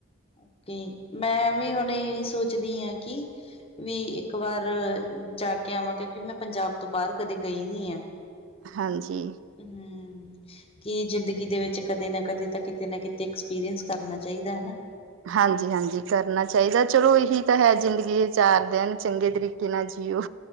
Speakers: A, on the left; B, on the right.
A: ਓਕੇ ਮੈਂ ਵੀ ਹੁਣ ਇਹੀ ਸੋਚਦੀ ਹਾਂ ਕਿ। ਵੀ ਇੱਕ ਵਾਰ ਜਾ ਕੇ ਆਵਾਂ ਕਿਉਂਕਿ ਮੈਂ ਪੰਜਾਬ ਤੋਂ ਬਾਹਰ ਕਦੇ ਗਈ ਨੀ ਹੈ।
B: ਹਾਂਜੀ।
A: ਹੂੰ। ਕਿ ਜ਼ਿੰਦਗੀ ਦੇ ਵਿੱਚ ਕਦੇ ਨਾ ਕਦੇ ਤਾਂ ਕਿਤੇ ਨਾ ਕਿਤੇ ਐਕਸਪੀਰੀਐਂਸ ਕਰਨਾ ਚਾਹੀਦਾ ਹਨਾ।
B: ਹਾਂਜੀ ਹਾਂਜੀ ਕਰਨਾ ਚਾਹੀਦਾ ਚਲੋ ਇਹੀ ਤਾਂ ਹੈ ਜ਼ਿੰਦਗੀ। ਚਾਰ ਦਿਨ ਚੰਗੇ ਤਰੀਕੇ ਨਾਲ ਜੀਓ।